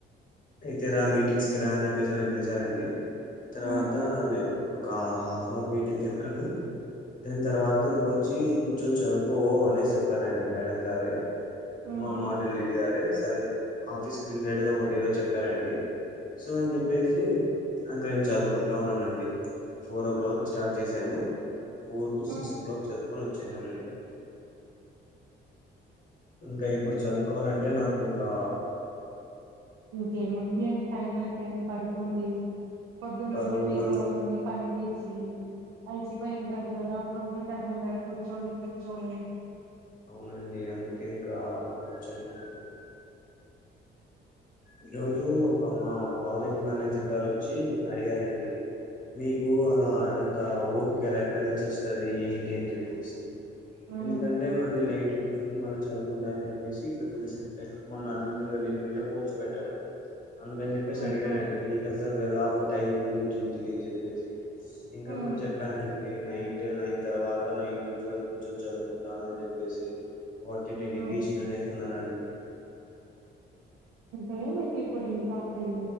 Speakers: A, on the left; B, on the right.
A: అయితే రా మీటింగ్స్ కి రా అని చెప్పేసి నన్ను పిలిచారండి తర్వాత
B: ఉమ్,
A: నేను ఒక హాఫ్ అన్ అవర్ మీటింగ్ వెళ్ళాను దాని తర్వాత ఇంకొచ్చి ఇం కూచొని చదువుకో అనేసి చెప్పారండి మేడం గారే
B: ఉమ్,
A: మా మాటల్ లేడి గార్సే దారిని ఆఫీస్ రిలేట్ ఒకట ఎదో చెప్ప చెప్పారండి సో అని చెప్పేసి ఇంకా చదువుకుంటా ఉన్నానండి ఫోర్ ఓ క్లాక్ స్టార్ట్ చేశాను four to Six
B: um.
A: o'clock చదువు కొని వచ్చేశాను అండి ఇంకా ఇప్పుడు చదువుకోవాలంటే నాకు ఇంకా
B: ఇంకేముంది అండి టైం అయిపోయింది పడుకోండి పొద్దు నుండి
A: బరువుగా
B: మీరు అన్ని పని చేేసి కలిసిపోయింటారు కదా కంప్లీట్ ఇత్తర ముందర కుర్చోని కుర్చోని
A: అవునండి. అందుకే ఇంకా కూర్చోలేదండి ఈ రోజు ఒక మా ప్రాజెక్ట్ మేనేజర్ గారు వచ్చి అడిగారండి మీకు అలా ఎంత ఓపికలా ఎక్కడి నుంచి వస్తుది ఏంటి అని చెప్పేసి
B: ఉమ్,
A: ఎందుకంటే మళ్ళీ నైట్ ర్చ మళ్ళీ చదువుకుంటా అని చెప్పేసి ఇట్లా తెలిసి క్ మ నా రసట్ గా పోస్ట్ పెట్టాను అందుకని చెప్పసిడిగాడుండి
B: ఉమ్, ఉమ్,
A: ఎలా టైం కుదురుతుంది అని చెప్పేసి ఇంక
B: ఉమ్,
A: అప్పుడు చెప్పానండి నైట్ నైన్ తర్వాత నైన్ టు ట్వెల్వ్ కూర్చొని చదువుకుంటాను అని చెప్పేసి <inaudible> వాట్ డెడికేషన్
B: ఉమ్.
A: అనే తిన్నారండి
B: ఇంటీ మీకు ఇప్పుడు ఇంకా పెళ్